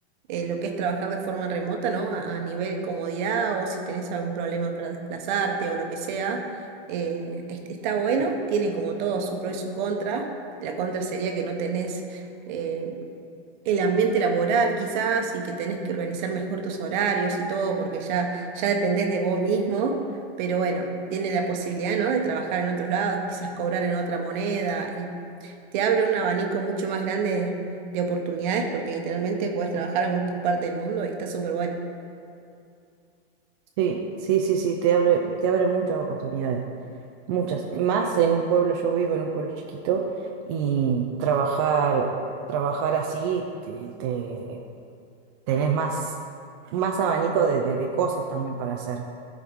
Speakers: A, on the right (about 45°); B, on the right (about 25°).
A: eh, lo que es trabajar de forma remota, ¿no? A, a nivel comodidad o si tenés algún problema para desplazarte o lo que sea. eh, es- está bueno, tiene como todo su pro y su contra. La contra sería que no tenés... eh, el ambiente laboral quizás y que tenés que organizar mejor tus horarios y todo porque ya, ya dependés de vos mismo, pero bueno, tiene la posibilidad, ¿no? de trabajar en otros lados, quizás cobrar en otra moneda y te abre un abanico mucho más grande de oportunidades porque literalmente podés trabajar en cualquier parte del mundo y está súper bueno.
B: Sí, sí, sí, sí, te abre, te abre muchas oportunidades, muchas. Más en un pueblo, yo vivo en un pueblo chiquito y trabajar, trabajar así, te, te- tenés más, más abanico de, de de cosas también para hacer.